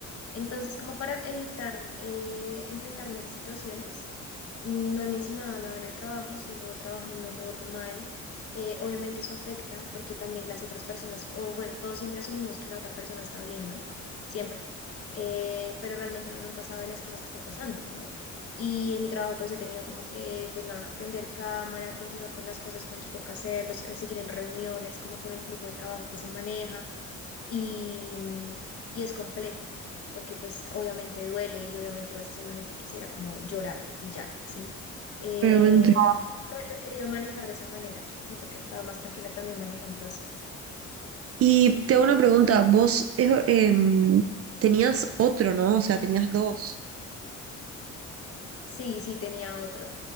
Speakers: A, on the left; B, on the right.
A: Entonces, como para evitar eh, enfrentarme a esas situaciones, no he mencionado nada en el trabajo, sigo trabajando normal. Eh, obviamente eso afecta porque también las otras personas, o bueno, todos siempre asumimos que la otra persona está bien, ¿no? Siempre. Eh, pero realmente uno nunca sabe las cosas que está pasando, ¿no? Y en mi trabajo pues he tenido como que, pues nada, prender cámara, continuar con las cosas cuando toca hacerlos, eh, seguir en reuniones, como con el flujo de trabajo que se maneja y, y es complejo, porque pues obviamente duele y obviamente a veces solamente quisiera como llorar y ya, ¿sí? Eh,
B: Obviamente.
A: pero creo que lo, lo he querido manejar de esa manera. Siento que estaba más tranquila también manejándolo así.
B: Y te hago una pregunta, vos eh, em, tenías otro, ¿no? O sea, tenías dos.
A: Sí, sí, tenía otro.